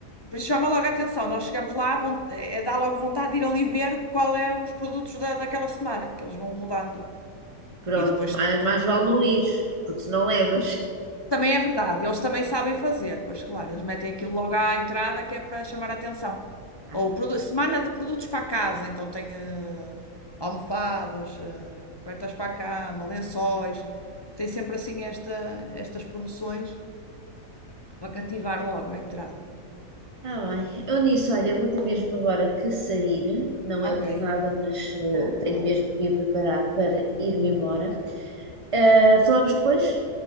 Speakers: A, on the left; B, on the right.
A: por isso chama logo a atenção, nós chegamos lá, vão, é, dá logo vontade de ir ali ver qual é os produtos da, daquela semana, que eles vão mudando.
B: pronto,
A: E depois
B: mais, mais vale não ir, porque se não levas.
A: Também é verdade, eles também sabem fazer, pois claro, eles metem aquilo logo à entrada que é para chamar a atenção.
B: Claro.
A: Ou produ- semana de produtos para a casa, então tem eh, almofadas, eh, cobertas para a cama, lençóis, tem sempre assim esta, estas promoções para cativar logo à entrada.
B: Está bem. Eu nisso, olha, vou ter mesmo agora que sair, não
A: Ok,
B: é por nada, mas eh,
A: bom,
B: tenho
A: claro.
B: mesmo que ir preparar para ir-me embora. Eh, falamos depois?